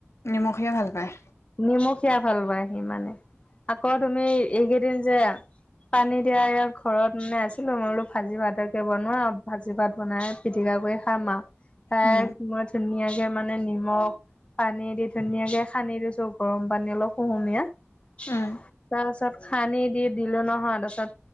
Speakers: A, on the left (about 75°); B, on the left (about 25°).
A: নিমখিয়া ভাল পায়।
B: নিমখীয়া ভাল পায় সি মানে আকৌ তুমি এইকেইদিন যে পানী দিয়া এয়া ঘৰত মানে আছিল মই বোলো ভাজি ভাতকে বনোৱা, ভাজি ভাত বনাই পিটিকা দি <unintelligible> তাই
A: উম
B: মই ধুনীয়াকে মানে নিমখ পানী দি ধুনীয়াকে খানী দিছো। গৰম পানী অলপ কুহুমীয়া তাৰ
A: উম
B: পিছত খানি দি দিলো নহয় তাৰ পাছত